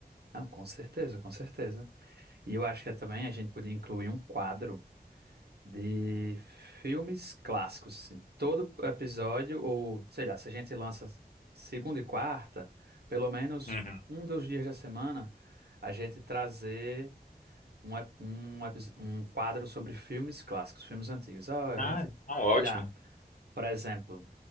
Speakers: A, on the right; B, on the left.
A: não, com certeza, com certeza. E eu acho que também a gente podia incluir um quadro de filmes clássicos, assim. Todo episódio, ou sei lá, se a gente lança segunda e quarta, pelo menos
B: Uhum.
A: um dos dias da semana, a gente trazer um, ep- um, epis- um quadro sobre filmes clássicos, filmes antigos. Ah, a
B: Ah,
A: gente,
B: então ótimo.
A: sei lá, por exemplo.